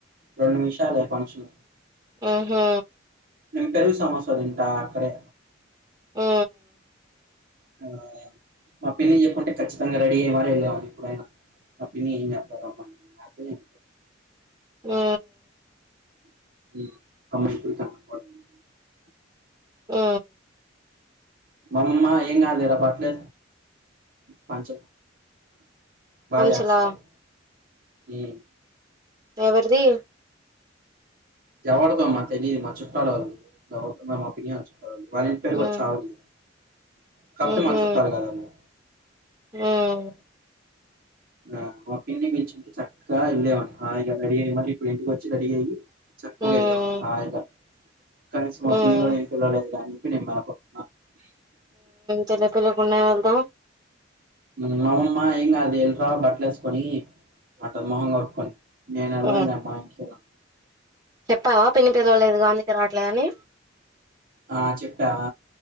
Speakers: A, on the right; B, on the right.
A: రెండు నిమిషాలే ఫంక్షన్
B: ఉహు
A: నేను పెరుగు సమోసా తింట అక్కడే
B: హు
A: ఆ మా పిన్ని చెప్పుంటే ఖచ్చితంగా రెడీ అయ్య మార వెళ్ళవాన్నీ ఎప్పుడైనా మా పిన్ని ఎమ్ చెప్పాలే రమ్మని
B: హు
A: <unintelligible>
B: ఆ
A: మమ్మా ఏంంగ్ కాద్లేరా బట్లే పంచ బాజేస్సారు
B: పంచలా
A: ఈ
B: ఎవరిది
A: ఎవరిదో మా తెలీదు మా చోట్టాలందితో మ మాపి వాళ్ళ ఇంటి పేరు గూడా
B: ఉహు
A: వచ్చ ఆవి కాకపోతే
B: ఉహు
A: మన చుట్టాలి కదన్నీ
B: ఉమ్
A: ఆ మా పిన్ని పిల్చింటే చక్కగా యెళ్ళేవాన్ని హాయిగా రెడీ అయ్యి మరి ఇప్పుడు ఇంటికొచ్చి రెడీ అయ్యి చక్కగా
B: ఉమ్
A: వెళ్ళే వాన్ని హాయిగా కనీసం
B: ఉమ్
A: పిన్నీ కూడా ఏం పిల్లవలేదు కానీ <unintelligible>
B: తెల్ల పిల్లలకున్నా వెళ్దాం
A: మా అమ్మమ్మ ఎమ్ కాదులే బట్టలు వేసుకొని అట్ట మొహంగ కొడుకొని నేను వెళ్ళను
B: ఉమ్
A: <unintelligible>
B: చెప్పావా పిన్ని పిలవలేదుగా అందుకే అట్లానే
A: ఆ చెప్పా